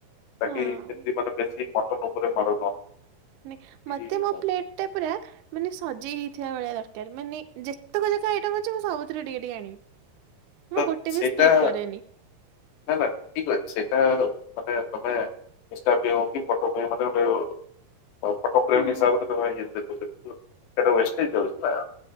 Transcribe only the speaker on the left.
ତାକି
<unintelligible> ବେଶୀ <unintelligible>
କି
ତ
ସେଇଟା
ନା ନା ଠିକ ଅଛି ସେଟା ମାନେ ତମେ ଇଷ୍ଟା ପେଇଁ ହଉ କି ଫଟୋ ପାଇଁ ମାନେ ଗୋଟେ ଅ ଫଟୋ ପ୍ରେମ୍
ହିସାବରେ ତ ଇଏ ଦେଖଉଚନ୍ତି <unintelligible> ସେଟା ୱେସଟେଜ ଯାଉଛି ନା।